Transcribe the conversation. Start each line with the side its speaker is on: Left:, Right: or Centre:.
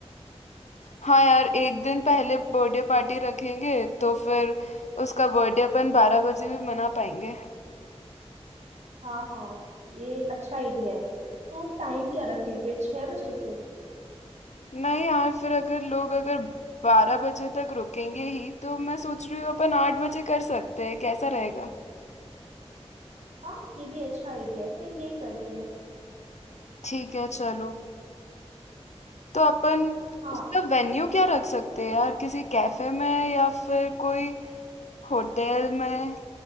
Left: हाँ यार एक दिन पहले बर्थडे पार्टी रखेंगे तो फिर उसका बर्थडे अपन बारह बजे भी मना पाएंगे
Right: हाँ हाँ ये अच्छा आइडिया है तो टाइम क्या रखें फिर छह बजे से
Left: नहीं यार फिर अगर लोग अगर बारह बजे तक रुकेंगे ही तो मैं सोच रही हूँ अपन आठ बजे कर सकते हैं कैसा रहेगा
Right: हाँ ये भी अच्छा आइडिया है फिर यही करते हैं
Left: ठीक है चलो तो अपन
Right: हाँ
Left: उसका वेन्यू क्या रख सकते हैं यार किसी कैफे में या फिर कोई होटल में